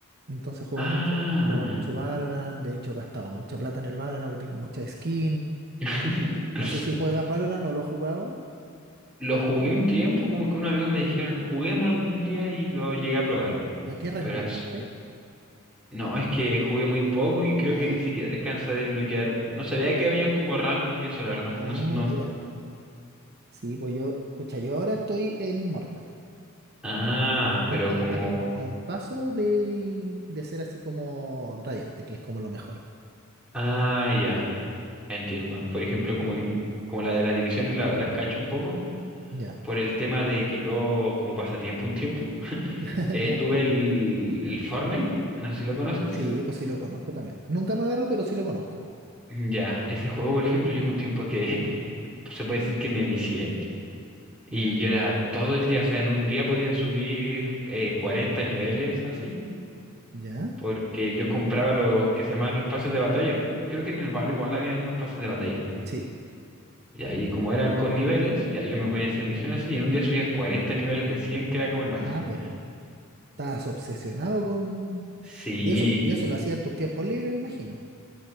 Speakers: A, on the right; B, in the centre.
A: Entonces juego
B: Ah.
A: mucho, juego mucho Valorant. De hecho, he gastado mucha plata en el Valorant, porque tengo mucha skin.
B: <laughs>
A: No sé si juegas Valorant o lo has jugado.
B: Lo jugué un tiempo, como que unos amigos me dijeron, juguemos algún día y lo llegué a probar.
A: ¿Y a qué rango
B: Pero
A: llegaste?
B: No, es que jugué muy poco y creo
A: Ah,
B: que ni
A: ya.
B: siquiera alcanza a desbloquear. No sabía que habían como rangos y eso, la verdad.
A: Ah,
B: No, sé- no.
A: mira. Sí, pues yo, pucha, yo ahora estoy en Immortal.
B: Ah,
A: Immortal
B: pero como...
A: está como a un paso de, de ser así como radiante, que es como lo mejor.
B: Ah, ya. Entiendo. Por ejemplo,
A: Entiendo.
B: como, como la de las divisiones la- las cacho un poco
A: Ya,
B: por el tema de que yo, como pasatiempo un tiempo,
A: <laughs>
B: eh,
A: ya.
B: tuve el, el Fortnite. No sé si lo conoces.
A: Sí, pues sí lo conozco también. Nunca me agarro, pero sí lo conozco.
B: Ya, ese juego, por ejemplo, yo hubo un tiempo que <laughs> se puede decir que me vicié. Y
A: Ya,
B: yo era todo el día, o sea, en un día podía subir eh, 40 niveles así.
A: ya.
B: porque yo compraba los que se llamaban los pases de batalla, pues. Creo que en el Valo igual habían unos pases de batalla.
A: Sí.
B: Y ahí como eran con niveles, ya yo me ponía a hacer misiones y en un día subía cuarenta niveles de cien que era como el máximo.
A: Ah, pero estás obsesionado con...
B: Sí,
A: Y eso, y eso lo hacías en tus tiempos libres, me imagino.